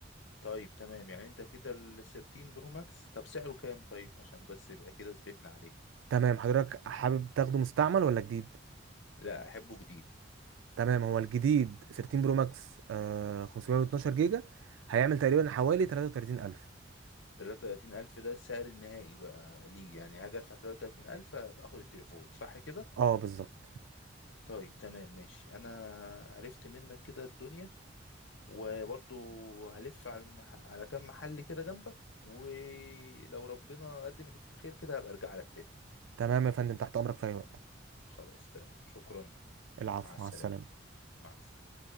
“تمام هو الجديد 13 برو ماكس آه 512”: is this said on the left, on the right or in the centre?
Right